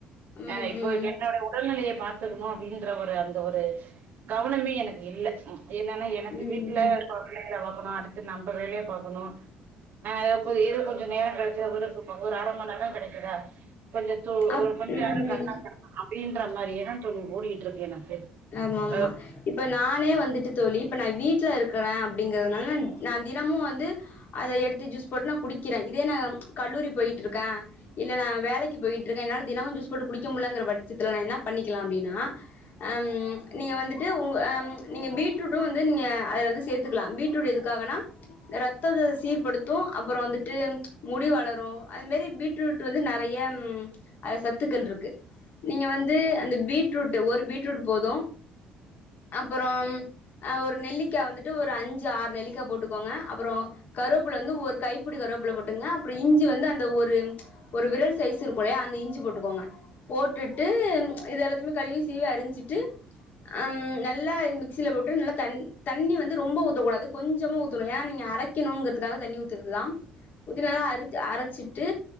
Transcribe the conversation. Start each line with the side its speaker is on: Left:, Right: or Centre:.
Left: ம்
Right: ஆ இப்போ
Left: ம்
Right: என்னோட ரூம் உடல் நிலைய பாத்துக்கணு அப்டின்ற ஒரு அந்த ஒரு கவனமே எனக்கு இல்ல ம் என்னன்னா எனக்கு
Left: ம்
Right: வீட்டுல இருக்கிற புள்ளைங்கள பாக்கணு அடுத்து நம்ப வேலைய பாக்கணு ஆ இது வந்து இது கொஞ்ச நேரோ கிடைச்சா கூட தூக்கோ ஒரு அர மணி நேரோ தா கெடைக்குதா கொஞ்ச து
Left: அப்
Right: ஒரு கொஞ்ச
Left: ம்
Right: நேரோ கண்ணசரலா அப்டின்ற மாரியேதா தோழி ஓடிக்கிட்ருக்கு எனக்கு
Left: ஆமாம்மா
Right: அ
Left: இப்ப நானே வந்துட்டு தோழி இப்ப நா வீட்ல இருக்குறே அப்டிங்கிறதுனால நா தினமு வந்து அத எடுத்து ஜூஸ் போட்டு நா குடிக்கிறே இதே நா கல்லூரி போயிட்ருக்கே இல்ல நா வேலக்கி போயிட்ருக்கே என்னால தினமு ஜூஸ் போட்டு குடிக்க முல்லங்கிற பட்சத்துல நா என்ன பண்ணிக்கலா அப்டின்னா அம் நீங்க வந்துட்டு உங்க அம் நீங்க பீட்ரூட்டு வந்து நீங்க அதுல வந்து சேத்துக்கலா பீட்ரூட் எதுக்காகனா ரத்தத்த சீர்படுத்து அப்பறொ வந்துட்டு முடி வளரு அது மாரி பீட் ரூட் வந்து நெறைய அது சத்துக்கள்ருக்கு நீங்க வந்து அந்த பீட்ரூட்டு ஒரு பீட்ரூட் போது அப்பறோம் ஆ ஒரு நெல்லிக்கா வந்து ட்டு ஒரு அஞ்சு ஆற் நெல்லிக்கா போட்டுக்கோங்க அப்பறோ கருவப்புல வந்து ஒரு கை ப்புடி கருவேப்புல போட்டுங்க அப்றொ இஞ்சி வந்து அந்த ஒரு ஒரு விரல் சைஸ் இருக்குலயா அந்த இஞ்சி போட்டுக்கோங்க போட்டுட்டு ம் இது எல்லாத்திம்மே கழுவி சீவி அரிஞ்சிட்டு அம் நல்லா இது மிக்சில போட்டு நல்லா தண் தண்ணி வந்து ரொம்ப ஊத்தக்கூடாது கொஞ்சமா ஊத்தனு ஏனா நீங்க அரை க்கினுங்கத்துக்காக தண்ணி ஊ திருதுதாம் புதினால அரிச்சி அரச்சிட்டு